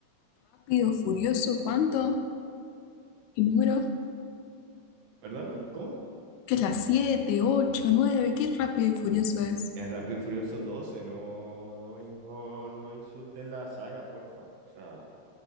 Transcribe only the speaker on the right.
perdona, ¿cómo?
El Rápido y Furioso doce, no, no, no, no insultes la saga, porfa. O sea,